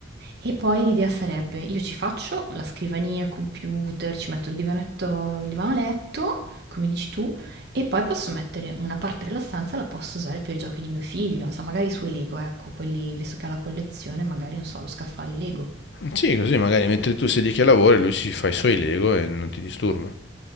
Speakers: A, on the right; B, on the left.
A: E poi l'idea sarebbe, io ci faccio la scrivania, il computer, ci metto il divanetto, il divano letto, come dici tu, e poi posso mettere una parte della stanza, la posso usare per i giochi di mio figlio, non so, magari i suoi Lego, ecco, quelli, visto che ha la collezione, magari, non so, lo scaffale Lego.
B: Sì, così magari mentre tu sei lì che lavori, lui si fa i suoi Lego e non ti disturba.